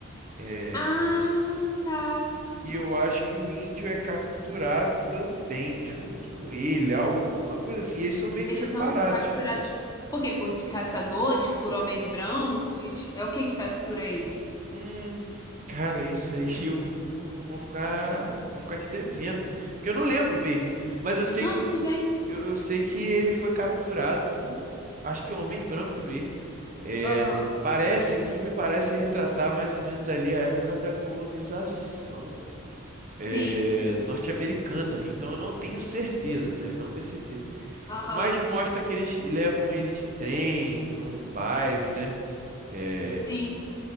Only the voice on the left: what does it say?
Ah, tá.
Eles
são capturados por quê? Por caçadores, por homens brancos? É o que que captura eles?
Não,
tudo bem.
Aham.
Sim.
Aham.
Sim.